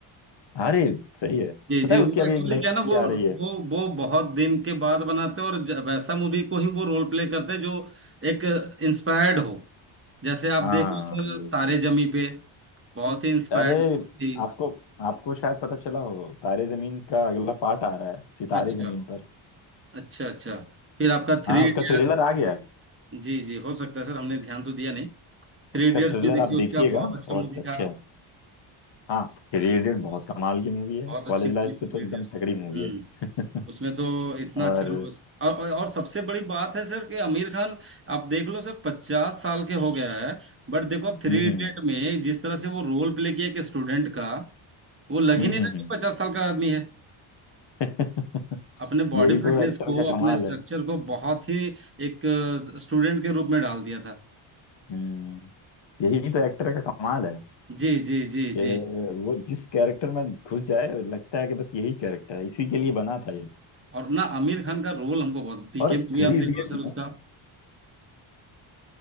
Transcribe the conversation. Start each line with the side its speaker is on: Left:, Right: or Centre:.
Left: अरे सही है
Right: जी
Left: पता
Right: जी
Left: है
Right: वो
Left: उसकी अभी
Right: एक्चुअली
Left: एक नई
Right: क्या है
Left: मूवी
Right: ना वो
Left: आ रही है
Right: वो वो बहुत दिन के बाद बनाते हैं और ज- वैसा मूवी को ही वो रोल प्ले करते हैं जो एक इंस्पायर्ड हो जैसे आप
Left: हाँ
Right: देख लो सर
Left: ये
Right: तारे जमी पे बहुत ही इंस्पायर्ड
Left: अरे
Right: थी
Left: आपको आपको शायद पता चला हो तारे जमीन का अगला पार्ट आ रहा है सितारे
Right: अच्छा
Left: जमीन पर
Right: अच्छा अच्छा फिर आपका थ्री
Left: हाँ उसका
Right: इडियट्स
Left: ट्रेलर आ गया है
Right: जी जी हो सकता है सर हमने ध्यान तो दिया नहीं थ्री
Left: उसका
Right: इडियट्स
Left: ट्रेलर
Right: भी देखिए
Left: आप
Right: उसका
Left: देखिएगा
Right: बहुत अच्छा
Left: बहुत
Right: मूवी
Left: अच्छा
Right: था
Left: है हाँ थ्री इडियट बहुत कमाल की मूवी है
Right: बहुत
Left: कॉलेज
Right: अच्छी मूवी
Left: लाइफ
Right: थी
Left: पे तो
Right: थ्री
Left: एकदम
Right: इडियट्स
Left: तगड़ी मूवी
Right: हम्म
Left: है <laughs>
Right: उसमें तो इतना
Left: और
Right: अच्छा रो- और, और और सबसे बड़ी बात है सर कि आमिर खान आप देख लो सर पचास साल के हो गया है बट देखो अब थ्री
Left: हम्म हम्म
Right: इडियट में जिस तरह से वो रोल प्ले किया एक स्टूडेंट का वो लग
Left: हम्म
Right: ही नहीं रहा
Left: हम्म।
Right: कि पचास साल का आदमी है
Left: <laughs>
Right: अपने बॉडी
Left: यही
Right: फिटनेस
Left: तो एक्टर
Right: को
Left: का
Right: अपने
Left: कमाल
Right: स्ट्रक्चर
Left: है
Right: को बहुत ही एक स्टूडेंट के रूप में डाल दिया था
Left: हम्म यही तो एक्टर का कमाल है
Right: जी जी जी
Left: कि
Right: जी
Left: वो जिस कैरेक्टर में घुस जाए लगता है कि बस यही कैरेक्टर है इसी के लिए बना था ये
Right: और ना आमिर खान का रोल हमको बहुत पीके
Left: और
Right: मूवी
Left: थ्री
Right: आप
Left: इडियट
Right: देख लो सर
Left: में
Right: उसका